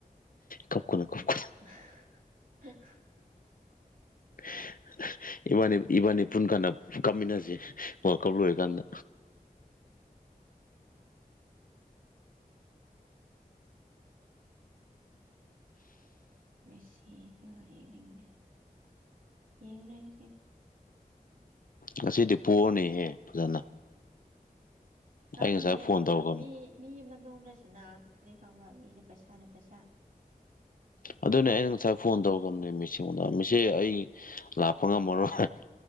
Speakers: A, on the left; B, on the right.
A: ꯀꯞꯀꯅꯨ ꯀꯞꯀꯅꯨ
B: <unintelligible>
A: <unintelligible> ꯏꯕꯥꯅꯤ ꯏꯕꯥꯅꯤ ꯄꯨꯟ ꯀꯥꯟꯗ ꯀꯥꯞꯃꯤꯟꯅꯁꯦ ꯋꯥꯔꯜꯀꯞ ꯂꯣꯏꯔꯀꯥꯟꯗ
B: ꯃꯁꯤꯗꯨ ꯌ‌ꯦꯡꯅꯤꯡꯗ‌ꯦ ꯌ‌ꯦꯡꯅꯤꯡꯗ‌ꯦ
A: ꯉꯁꯤꯗꯤ ꯄꯣꯔꯅꯦꯍꯦ ꯐꯖꯅ
B: ꯈꯪꯈ꯭ꯔꯦ
A: ꯑꯩ ꯉꯁꯥꯏ ꯐꯣꯟ ꯇꯧꯈ꯭ꯔꯕꯅꯤ
B: ꯃꯤ ꯃꯤ ꯅꯨꯡꯗ ꯁꯅꯥꯗꯨꯗꯤ ꯈꯪꯕ꯭ꯔꯥ ꯃꯤꯅ ꯄꯩꯁꯥꯅꯦ ꯄꯩꯁꯥ
A: ꯑꯗꯨꯅꯦ ꯑꯩꯅ ꯉꯁꯥꯏ ꯐꯣꯟ ꯇꯧꯒꯔꯝꯅꯦ ꯃꯤꯁꯤꯗ ꯃꯤꯁꯤ ꯑꯩ ꯂꯥꯛꯄ ꯉꯝꯃꯔꯣꯏ